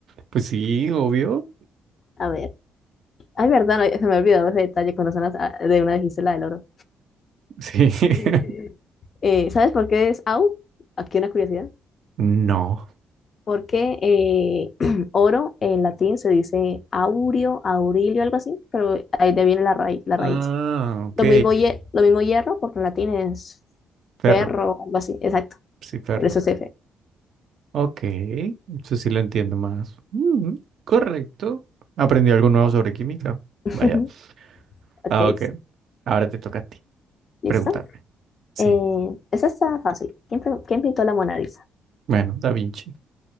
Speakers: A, on the right (about 65°); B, on the left (about 50°).
A: Pues sí, obvio.
B: A ver. Ay, verdad, no, se me ha olvidado ese detalle cuando son las- ah, de una dijiste la del oro.
A: Sí. <laughs>
B: <laughs> Eh, ¿sabes por qué es AU? Aquí una curiosidad.
A: No.
B: Porque eh, <clears throat> oro en latín se dice aurio, aurilio, algo así, pero ahí de viene la, raí- la
A: Ah,
B: raíz.
A: ok.
B: Lo mismo, hie- lo mismo hierro, porque en latín es
A: Ferro.
B: perro, algo así, exacto,
A: Sí, ferro.
B: por eso es F.
A: Ok, eso sí lo entiendo más. Mm, correcto. Aprendí algo nuevo sobre química.
B: <laughs>
A: Vaya.
B: Ok,
A: Ah, ok. Ahora te toca a ti
B: listo.
A: preguntarme. Sí.
B: Eh, esa está fácil. ¿Quién, pre- quién pintó la Mona Lisa?
A: Bueno, Da Vinci.